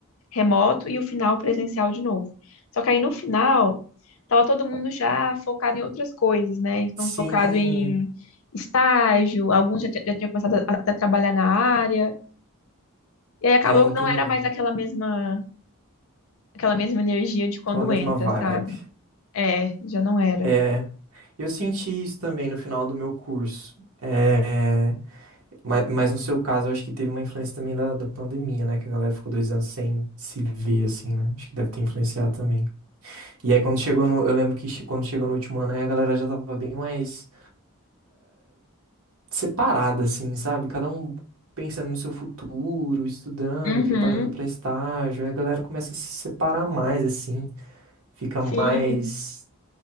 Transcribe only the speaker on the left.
remoto e o final presencial de novo. Só que aí no final, estava todo mundo já focado em outras coisas, né? Então
focado em estágio, alguns já, t- já tinham começado a, a trabalhar na área, e aí acabou
que não era mais aquela mesma, aquela mesma energia de quando
entra,
sabe? É, já não era.
Uhum,
sim.